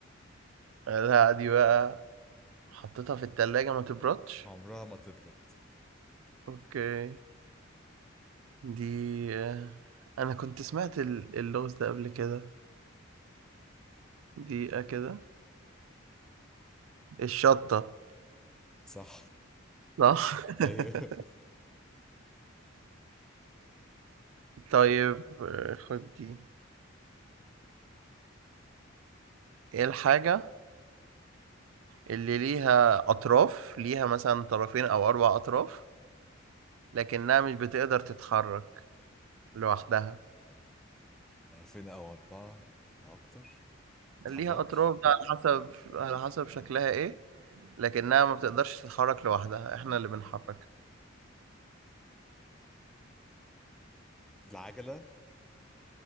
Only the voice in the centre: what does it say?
عمرها ما تبرد
صح
<laughs> ايوه
طرفين او اربعه او اكتر متتحركش
العجله